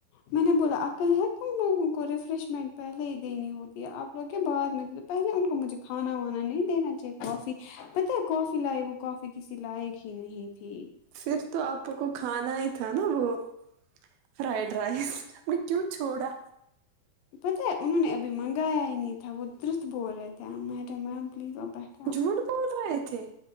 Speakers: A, on the left; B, on the right.
A: میں نے بولا عقل ہے تم لوگوں کو ریفریشمنٹ پہلے ہی دینی ہوتی ہے آپ لوگ کیا بات پہلے ان کو مجھے کھانا وانا نہیں دینا چاہیے کافی پتہ ہے کافی لائے وہ کافی کسی لائق ہی نہیں تھی
B: پھر تو آپ کو کھانا ہی تھا نا وہ فرائیڈ رائس میں کیوں چھوڑا
A: پتہ ہے انہوں نے ابھی منگایا ہی نہیں تھا وہ درست بول رہے تھےییم پ <unintelligible>
B: جھوٹ بول رہے تھے